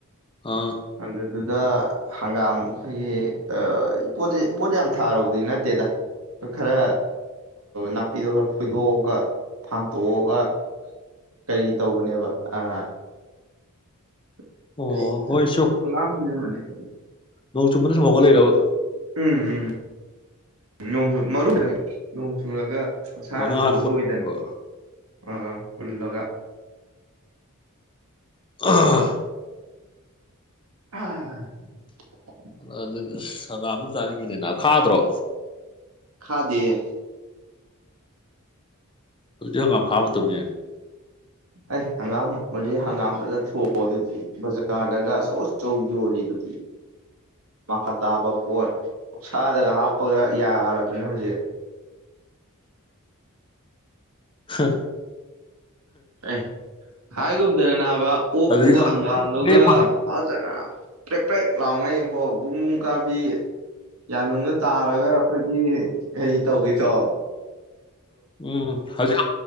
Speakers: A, on the left (about 25°); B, on the right (about 80°).
A: ꯑꯥ
B: ꯑꯗꯨ ꯗꯨ ꯗꯥ ꯍꯡꯒꯥꯝ ꯑꯩꯈꯣꯏꯒꯤ ꯄꯣꯠ ꯄꯣꯠ ꯌꯥꯝ ꯊꯥꯔꯨꯕꯗꯤ ꯅꯠꯇꯦꯗ ꯈꯔ ꯅꯥꯄꯤꯗꯣ ꯈꯔ ꯐꯣꯏꯗꯣꯛꯑꯒ ꯐꯥꯝꯇꯣꯛꯑꯒ ꯀꯔꯤ ꯇꯧꯕꯅꯦꯕ ꯑꯥ <unintelligible>
A: ꯑꯣ ꯍꯣꯏ ꯅꯣꯛ ꯆꯨꯕꯔꯗꯥ ꯁꯨꯝ ꯍꯧꯒꯠꯂꯛꯏꯔ꯭ꯕ
B: ꯎꯝ ꯎꯝ ꯅꯣꯡ ꯆꯨ ꯃꯔꯨ ꯅꯣꯡ ꯆꯨꯔꯒ ꯃꯁꯥꯅꯗꯤ
A: ꯑꯣ ꯅꯪ ꯍꯥꯟꯅ
B: ꯍꯧꯔꯑꯣꯏꯗꯅ
A: ꯍꯨꯟꯕ
B: ꯑꯥ ꯄꯨꯜꯂꯒ
A: <unintelligible>
B: <unintelligible>
A: ꯑꯗꯨꯅꯤ ꯏꯁ ꯍꯉꯝꯕꯨ ꯆꯥꯅꯤꯡꯉꯤꯅꯤꯅ ꯈꯥꯗ꯭ꯔꯣ
B: ꯈꯥꯗꯦꯌꯦ
A: ꯍꯧꯖꯤꯛꯇꯤ ꯍꯡꯒꯥꯝ ꯈꯥꯕꯥ ꯃꯇꯝꯅꯤꯍꯦ
B: ꯑꯩ ꯍꯡꯒꯥꯝ ꯍꯧꯛ ꯍꯡꯒꯥꯝ ꯐꯖ ꯊꯣꯛꯑꯣ ꯑꯗꯨꯗꯤ ꯕꯖꯥꯔꯗꯒ ꯑꯆꯧ ꯑꯆꯧ ꯌꯣꯜꯂꯤꯗꯨꯗꯤ ꯃꯈꯥ ꯇꯥꯕ ꯄꯣꯠ ꯀꯧꯁꯥꯗꯒ ꯍꯥꯞꯄꯒ ꯌꯥꯔꯕꯅꯦ ꯍꯧꯖꯤꯛ
A: ꯍꯥ
B: ꯑꯦ ꯍꯥꯏꯒꯨꯝꯗꯅ ꯅꯥꯕ ꯑꯣꯛꯇꯨꯒ
A: ꯑꯗꯨꯗꯤ
B: ꯍꯡꯒꯥꯝꯗꯨꯒ
A: ꯄꯦꯔꯦ ꯐꯪꯉꯦ
B: ꯐꯖꯅ ꯄ꯭ꯔꯦꯛ ꯄ꯭ꯔꯦꯛ ꯂꯥꯎꯉꯩꯕꯣ ꯕꯨꯡ ꯕꯨꯡ ꯀꯥꯕꯤ ꯌꯥꯅꯨꯡꯗ ꯇꯥꯔꯒ ꯑꯩꯈꯣꯏꯒꯤ ꯀꯩ ꯇꯧꯕꯤꯗꯣ
A: ꯎꯝ ꯍꯧꯖꯤꯛ